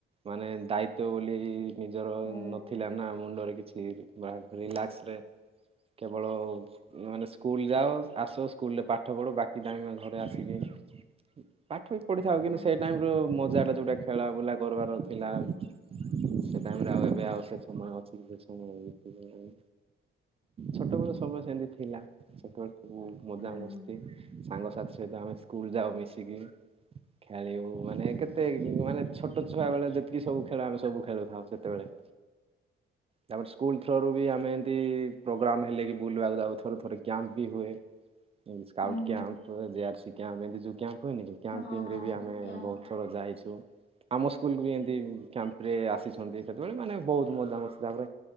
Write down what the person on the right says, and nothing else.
ମାନେ ଦାଇତ୍ୱ ବୋଲି ଇ ନିଜର
ନଥିଲା ନା ମୁଣ୍ଡରେ କିଛି ବାହାର କରି ରିଲାକ୍ସ ରେ। କେବଳ। ମାନେ ସ୍କୁଲୁ ଯାଅ ଆସ ସ୍କୁଲୁରେ ପାଠ ପଢ ବାକି ଏତିକି ଟାଇମି ରେ ଘରେ ଆସିକି। ପାଠ ବି ପଢିଥାଉ
କିନ୍ତୁ ସେଇ ଟାଇମ ର ମଜା ଟା ଯୋଉଟା କି ଖେଳା ବୁଲା କରିବାର ଥିଲା। ସେ ଟାଇମି ରେ ଆଉ ଏବେ
ଆଉ ସେ ସମୟ ଅଛି। ସେ ଯେ ସମୟ <unintelligible> ନାହିଁ। ଛୋଟବେଳ ସମୟ ସେମତି ଥିଲା। ସେତେବେଳେ ସବୁ ମଜା
ମସ୍ତି।
ସାଙ୍ଗସାଥି ସହିତ ଆମେ ସ୍କୁଲୁ ଯାଉ ମିଶିକି। ଖେଳିବୁ ମାନେ କେତେ ମାନେ ଛୋଟ ଛୁଆ ବେଳେ ଯେତିକି ସବୁ ଖେଳ ଆମେ ସବୁ ଖେଳୁଥାଉ। ସେତେବେଳେ। ତାପରେ ସ୍କୁଲୁ ଥ୍ରରୁ ବି ଆମେ ଏମିତି ପ୍ରୋଗ୍ରାମ୍ ହେଲେ କିି ବୁଲିବାକୁ ଯାଉ ଥରେ ଥରେ କ୍ୟାମ୍ପ ବି ହୁଏ। ସ୍କାଉଟୁ
କ୍ୟା ଆପ ହେନେ। ବିୟାଶୀ କ୍ୟାପ ହେନେ ଯଉ କ୍ୟାପ ହୁଏନିକି କ୍ୟାପ
ଟିମିରେ
ଆମେ
ବହୁତୁ ଥର ଯାଇଛୁ। ଆମ ସ୍କୁଲୁକୁ ବି ଏମତି କ୍ୟାମ୍ପ ରେ ଆସିଛନ୍ତି ସେତେବେଳେ ମାନେ ବହୁତୁ ମଜା ମସ୍ତି ତାପରେ